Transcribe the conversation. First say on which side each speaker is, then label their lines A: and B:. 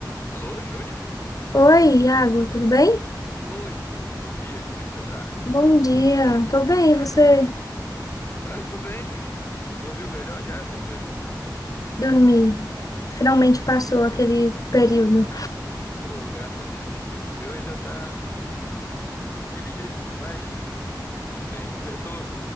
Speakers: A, on the left; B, on the left.
A: Alô, Júnior?
B: Oi, Iago, tudo bem?
A: Oi, tudo, bom dia, como é que você tá?
B: Bom dia, tô bem, e você
A: Ah, tô bem. Dormiu melhor já essa noite?
B: dormir? Finalmente passou aquele período.
A: Pô, graças a Deus. O meu ainda tá daquele jeito, né? Mas tudo bem. Eu tô,